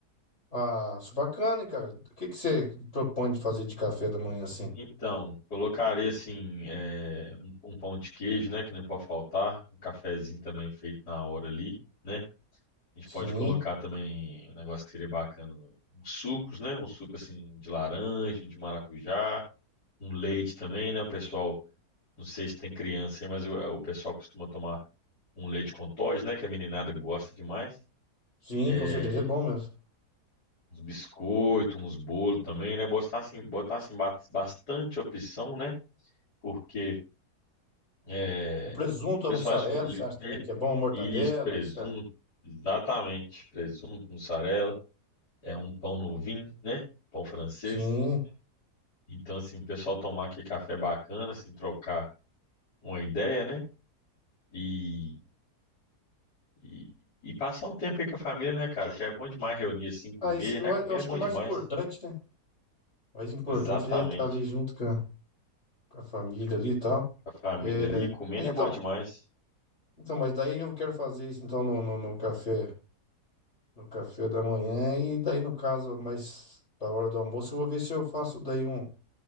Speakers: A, on the left; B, on the left.
A: Ah, isso é bacana, hein, cara? O que que você propõe de fazer de café da manhã assim?
B: Então, colocaria assim, é, um, um pão de queijo, né? Que não pode faltar. Um cafezinho também feito na hora ali, né? A gente pode
A: Sim,
B: colocar também um negócio que seria bacana, uns sucos, né? Um suco assim de laranja, de maracujá, um leite também, né? O pessoal, não sei se tem criança aí, mas o, o pessoal costuma tomar um leite com Toddy, né? Que a meninada gosta demais.
A: sim,
B: É,
A: com certeza é bom mesmo.
B: uns biscoitos, uns bolos também, né? Botar assim, botar assim ba- bastante opção, né? Porque É,
A: O presunto,
B: o
A: a
B: pessoal
A: mussarela,
B: escolher
A: você acha também que é bom a mortadela?
B: isso, presunto,
A: Você acha?
B: exatamente, presunto, mussarela, é um pão no vinho, né? Pão francês.
A: Sim.
B: Então, assim, o pessoal tomar aquele café bacana, assim, trocar uma ideia, né? E, e, e passar o tempo aí com a família, né, cara? Que é bom demais reunir, assim, comer,
A: Ah, esse, mas
B: né? Comer
A: eu acho
B: é bom
A: que o mais
B: demais.
A: importante, né? O mais importante
B: Exatamente.
A: já é estar ali junto com a, com a família ali e tal.
B: A família
A: É,
B: ali, comendo
A: mas
B: é
A: então,
B: bom demais.
A: então, mas daí eu quero fazer isso então no, no, no café, no café da manhã e daí no caso, mas da hora do almoço eu vou ver se eu faço daí um,